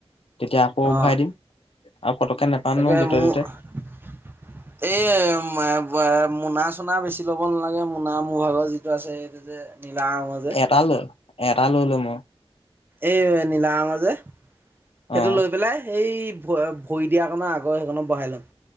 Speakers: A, on the left; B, on the right.
A: তেতিয়া আকৌ
B: অ',
A: ভৰাই দিম আৰু পতককে নেপাম
B: তাকে
A: নহয় য'তে
B: মোৰ
A: ত'তে
B: এ মোনা চোনা বেছি ল'ব নালাগে মোনা মোৰ ভাগৰ যিটো আছে যে নিলা ৰঙৰ যে
A: এটা লৈ এটা ল‌ই লম অঁ
B: এই নীলা ৰঙৰ যে সেইটো
A: অ',
B: লৈ পেলাই সেই ভ ভৰি দিয়াৰ কণ আগৰ সেইকনত বহাই ল'ম।